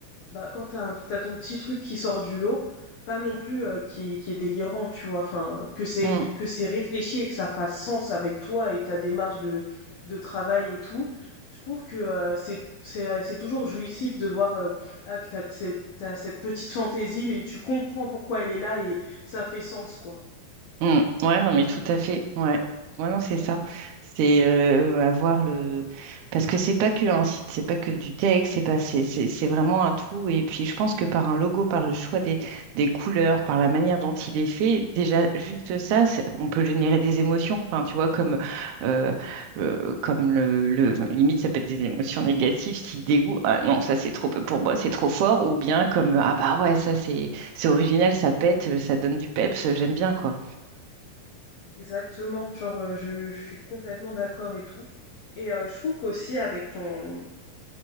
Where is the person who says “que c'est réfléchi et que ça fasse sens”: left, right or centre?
Left